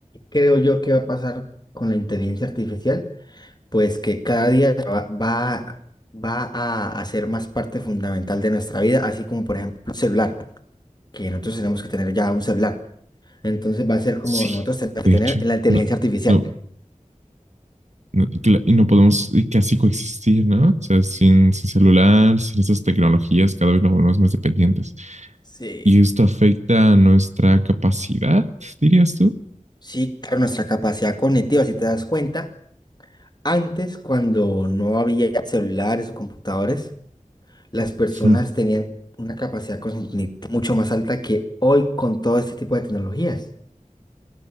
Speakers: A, on the left; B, on the right.
A: creo yo que va a pasar con la inteligencia artificial? Pues que cada día va, va, va a hacer más parte fundamental de nuestra vida, así como por ejemplo el celular, que nosotros tenemos que tener ya un celular. Entonces va a ser como
B: Sí,
A: nosotros tenemos que
B: de
A: tener
B: hecho,
A: la inteligencia
B: no,
A: artificial.
B: no, no, y cla- y no podemos eh, casi coexistir, ¿no? O sea, sin, sin celular, sin esas tecnologías, cada vez nos volvemos más dependientes.
A: Sí.
B: Y esto afecta a nuestra capacidad, dirías tú.
A: Sí, claro, nuestra capacidad cognitiva, si te das cuenta. Antes, cuando no había celulares o computadores, las personas
B: Hmm,
A: tenían una capacidad cognitiva mucho más alta que hoy con todo este tipo de tecnologías.